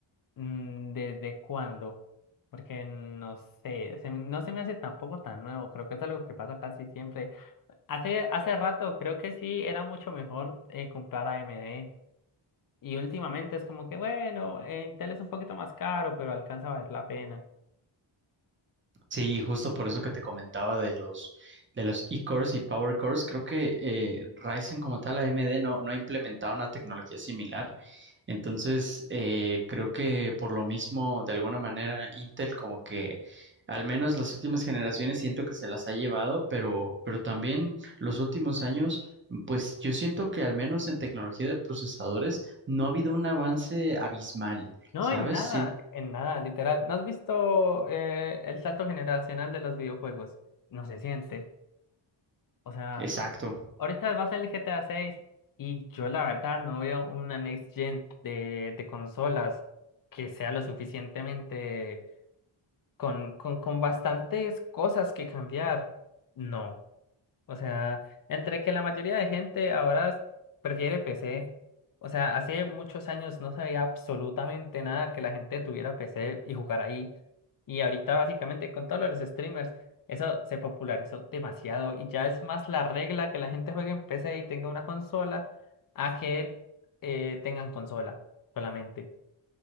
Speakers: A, on the left; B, on the right.
A: Mm, ¿Desde cuándo? Porque no sé, se- no se me hace tampoco tan nuevo, creo que es algo que pasa casi siempre. Hace, hace rato creo que sí era mucho mejor eh, comprar AMD y últimamente es como que bueno, eh, Intel es un poquito más caro, pero alcanza a valer la pena.
B: Sí, justo por eso que te comentaba de los de los E-cores y Power cores, creo que eh, Ryzen como tal, AMD no, no ha implementado una tecnología similar. Entonces, eh, creo que por lo mismo, de alguna manera, Intel como que al menos las últimas generaciones siento que se las ha llevado, pero, pero también los últimos años, pues yo siento que al menos en tecnología de procesadores no ha habido un avance abismal,
A: No,
B: ¿sabes?
A: en nada,
B: Sien-
A: en nada, literal. ¿No has visto eh, el salto generacional de los videojuegos? No se siente. O sea...
B: Exacto.
A: Ahorita va a salir GTA seis y yo la verdad no veo una next gen de, de consolas que sea lo suficientemente con, con, con bastantes cosas que cambiar. No. O sea, entre que la mayoría de gente ahora prefiere PC, o sea, hace muchos años no sabía absolutamente nada que la gente tuviera PC y jugar ahí. Y ahorita básicamente con todos los streamers, eso se popularizó demasiado y ya es más la regla que la gente juegue en PC y tenga una consola a que eh, tengan consola solamente.